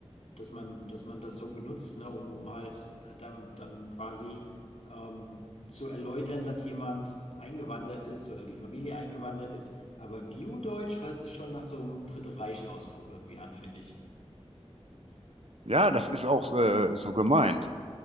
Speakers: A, on the left (about 80°); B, on the right (about 70°).
A: dass man, dass man das so benutzt, ne, um, um halt äh, dann, dann quasi ähm, zu erläutern, dass jemand eingewandert ist oder die Familie eingewandert ist. Aber Bio-Deutsch hört sich schon nach so einem Dritte Reich-Ausdruck irgendwie an, finde ich.
B: Ja, das ist auch äh, so gemeint.